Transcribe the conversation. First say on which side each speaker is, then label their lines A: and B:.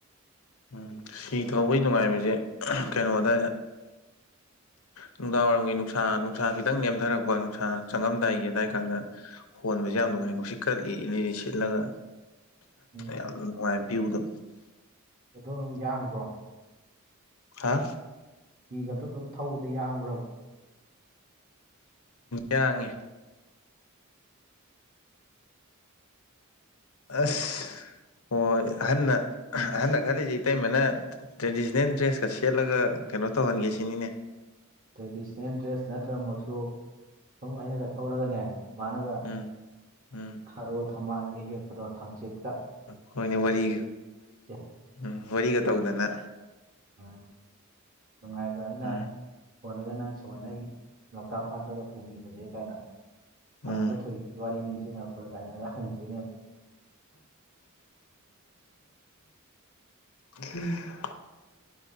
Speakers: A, on the left; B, on the right.
A: ꯎꯝ ꯁꯤ ꯊꯧꯕꯒꯤ ꯅꯨꯡꯉꯥꯏꯕꯁꯦ ꯀꯩꯅꯣꯗ ꯅꯨꯡꯗꯥꯡꯋꯥꯏꯔꯝꯒꯤ ꯅꯨꯡꯁꯥ ꯅꯨꯡꯁꯥ ꯈꯤꯇꯪ ꯅꯦꯝꯊꯔꯛꯄ ꯅꯨꯡꯁꯥ ꯆꯪꯉꯝꯗꯥꯏꯒꯤꯗꯥꯋꯥꯏ ꯀꯥꯟꯗ ꯍꯣꯟꯕꯁꯦ
B: ꯑ
A: ꯌꯥꯝ ꯅꯨꯡꯉꯥꯏ ꯅꯨꯡꯁꯤꯠ ꯀꯠꯂꯤ ꯏ ꯂꯤꯂꯤ ꯁꯤꯠꯂꯒ
B: ꯎꯝ
A: ꯌꯥꯝ ꯅꯨꯡꯉꯥꯏ ꯚ꯭ꯌꯨꯗꯣ
B: ꯑꯗꯨꯝ ꯌꯥꯡꯕ꯭ꯔꯣ
A: ꯍꯥ
B: ꯍꯤ ꯈꯛꯇ ꯑꯗꯨꯝ ꯊꯧꯕꯗ ꯌꯥꯡꯈ꯭ꯔꯕ
A: ꯌꯥꯡꯉꯤ ꯑꯁ ꯍꯣꯏ ꯑꯍꯟꯅ ꯑꯍꯟꯗꯛ ꯈꯜꯂꯤꯁꯤꯦ ꯏꯇꯩꯃꯅ ꯇ꯭ꯔꯦꯗꯤꯁꯅꯦꯜ ꯗ꯭ꯔꯦꯁꯀ ꯁꯦꯠꯂꯒ ꯀꯩꯅꯣ ꯇꯧꯍꯟꯒꯦ ꯁꯤꯅꯤꯅꯦ
B: ꯇ꯭ꯔꯦꯗꯤꯁꯟꯅꯜ ꯗ꯭ꯔꯦꯁ ꯅꯠꯇ꯭ꯔꯃꯛꯁꯨ ꯁꯨꯝ ꯑꯩꯅꯒ ꯊꯧꯔꯒꯅꯦ ꯃꯥꯅꯒ
A: ꯎꯝ ꯎꯝ
B: ꯈꯔꯣ ꯊꯝꯕꯥꯜꯒ ꯍꯦꯛꯄꯗꯣ ꯊꯝꯆꯤꯠ
A: ꯎ ꯍꯣꯏꯅꯦ ꯋꯥꯔꯤ
B: ꯆꯦ
A: ꯎꯝ ꯋꯥꯔꯤꯒ ꯇꯧꯗꯅ
B: ꯎꯝ ꯅꯨꯡꯉꯥꯏꯕ ꯑꯩꯅ
A: ꯎꯝ
B: ꯍꯣꯜꯂꯒ ꯅꯪ ꯁꯨꯃꯥꯏꯅ ꯂꯣꯛꯇꯥꯛ ꯄꯥꯠꯇꯒ ꯄꯨꯕꯤꯕꯁꯦ ꯀꯥꯏꯅ
A: ꯎꯝ
B: ꯈꯝꯕ ꯊꯣꯏꯏ ꯋꯥꯔꯤ ꯅꯤꯡꯁꯤꯡꯉꯄ꯭ꯔꯒ ꯀꯥꯏꯅꯒ ꯍꯪꯗꯣꯏꯅꯦꯕ
A: ꯑ